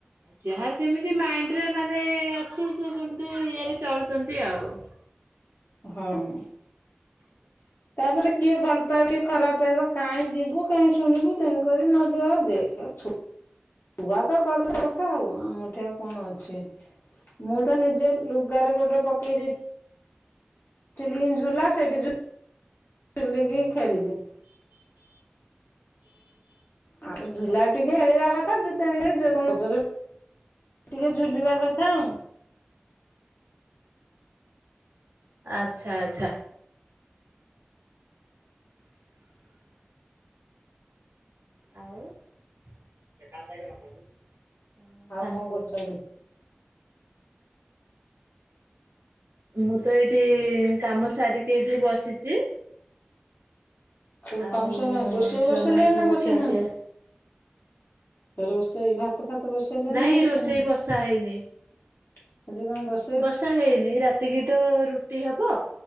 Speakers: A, on the right; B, on the left.
A: ଯାହାର ଯେମିତି ମାଇଣ୍ଡ ରେ ମାନେ ଅଛି। ଯିଏ ଯେମିତି ଇଏରେ ଚଳୁଛନ୍ତି ଆଉ।
B: ହମ୍ ତାପରେ କିଏ ଭଲ ପାଇବ କିଏ ଖରାପ ପାଇବ କାହିଁ ଯିବୁ? କାହିଁ ଶୁଣିବୁ ତେଣୁକରି ନଯିବା ଆଉ ଦେଖେ ଛୋଟ୍ ଛୁଆ ତ କଲେ କଥା ଆଉ ଆମଠି ଆଉ କଣ ଅଛି। ମୁଁ ତ ନିଜ ଲୁଗାରେ ଗୋଟେ ପକେଇ ଦେଇଛି। ଥିଲି ଝୁଲା ସେଇଠି ଝୁ ଝୁଲିକି ଖେଳିଲି। ଆଉ ଝୁଲା ଟିକେ ଖେଳିବା କଥା ଯୁତନିରେ ରଜରେ ଟିକେ ଝୁଲିବା କଥା ଆଉ।
A: ଆଚ୍ଛା ଆଚ୍ଛା। ଆଉ <inaudible> ହଁ
B: ଆଉ
A: ସାନ
B: କଣ
A: ପୁଅର।
B: କରୁଛନ୍ତି
A: ମୁଁ ତ ଏଇଠି କାମ ସାରିକି ଏଇଠି ବସିଛି।
B: ସବୁ
A: ଆଉ
B: କାମ ସରିଲାଣି ରୋଷେଇ
A: ଛୁଆମାନେ
B: ବସେଇଲେଣି
A: ସବୁ
B: ନା ବସେଇନାହାନ୍ତି?
A: ଖିଆପିଆ
B: ରୋଷେଇ ଭାତ ଫାତ ବସେଇଲେଣି
A: ନାଇଁ
B: ନା ବସେଇନାହାନ୍ତି?
A: ରୋଷେଇ ବସା ହେଇନି।
B: ଆଜି କଣ ବଶ୍
A: ବସା ହେଇନି ରାତିକି ତ ରୁଟି ହବ।